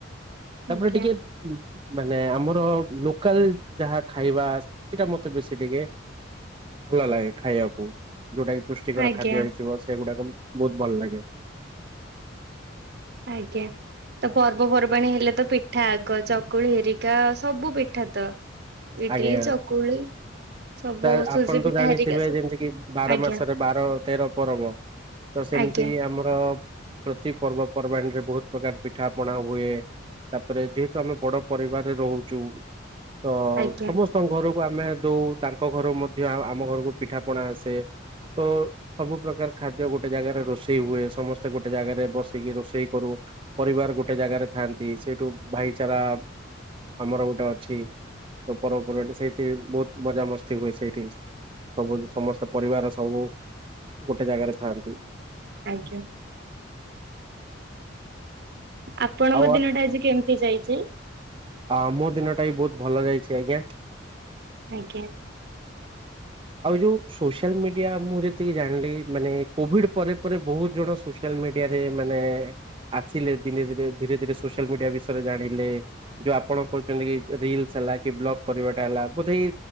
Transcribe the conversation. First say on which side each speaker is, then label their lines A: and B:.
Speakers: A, on the right (about 25°); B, on the right (about 55°).
A: ତାପରେ
B: ଆଜ୍ଞା
A: ଟିକେ ମାନେ ଆମର ଲୋକାଲ ଯାହା ଖାଇବା ସେଟା ମତେ ବେଶୀ ଟିକେ ଭଲ ଲାଗେ ଖାଇବାକୁ ଯୋଉଟା କିି ପୁଷ୍ଟିକର
B: ଆଜ୍ଞା।
A: ଖାଦ୍ୟ ହେଇଯିବ ସେଗୁଡାକ ବହୁତ ଭଲ ଲାଗେ
B: ଆଜ୍ଞା ତ ପର୍ବପର୍ବାଣୀ ହେଲେ ତ ପିଠ ାଗ ଚକୁଳି ହେରିକା ସବୁ ପିଠା ତ ଇଟିଲି
A: ଆଜ୍ଞା
B: ଚକୁଳି ସବୁ
A: ତ ଆପଣ
B: ସୁଜି
A: ତ
B: ପିଠା
A: ଜାଣିଥିବେ
B: ହେରିକା ସବୁ
A: ଯେମିତି କି ବାର
B: ଆଜ୍ଞା
A: ମାସରେ ବାର ତେର ପବ ତ ସେମିତି
B: ଆଜ୍ଞା
A: ଆମର ପ୍ରତି ପର୍ବପର୍ବାଣିୀରେ ବହୁତ ପ୍ରକାର ପିଠା ପଣା ହୁଏ ତାପରେ ଯେହେତୁ ଆମେ ବଡ ପରିବାରରେ ରହୁଛୁ ହ
B: ଆଜ୍ଞା
A: ସମସ୍ତଙ୍କ ଘରକୁ ଆମେ ଦଉ ତାଙ୍କ ଘରୁ ମଧ୍ୟ ଆମ ଘରକୁ ପିଠା ପଣା ଆସେ ତ ସବୁ ପ୍ରକାର ଖାଦ୍ୟ ଗୋଟେ ଜାଗାରେ ରୋଷେଇ ହୁଏ ସମସ୍ତେ ଗୋଟେ ଜାଗାରେ ବସିକି ରୋଷେଇ କରୁ ପରିବାର ଗୋଟେ ଜାଗାରେ ଥାଆନ୍ତି ସେଇଠୁ ଭାଇଚାରା ଆମର ଗୋଟେ ଅଛି ତ ପର୍ବପର୍ବା ସେଇଠି ବହୁତ ମଜାମସ୍ତି ହୁଏ ସେଇଠି ସବୁ ସମସ୍ତେ ପରିବାର ସବୁ ଗୋଟେ ଜାଗାରେ ଥାଆନ୍ତି
B: ଆଜ୍ଞା ଆପଣଙ୍କ
A: ଆଉ
B: ଦିନ ଟା ଆଜି କେମିତି ଯାଇଛି?
A: ଆ ମୋ ଦିନଟା ବି ବହୁତ ଭଲ ଯାଇଛି ଆଜ୍ଞା
B: ଆଜ୍ଞା
A: ଆଉ ଯୋଉ ସୋସିଆଲ ମିଡିଆ ମୁଁ ଯେତିକି ଜାଣିଲି ମାନେ କୋଭିଡ ପରେ ପରେ ବହୁତ ଜଣ ସୋସିଆଲ ମିଡିଆରେ ମାନେ ଆସିଲେ ଧୀରେ ଧୀରେ ଧୀରେ ଧୀରେ ସୋସିଆଲ ମିଡିଆ ବିଷୟରେ ଜାଣିଲେ ଯୋଉ ଆପଣ କହୁଛନ୍ତି ରିଲସ ହେଲା କି ବ୍ଲଗ କରିବାଟା ହେଲା ବୋଧେଇ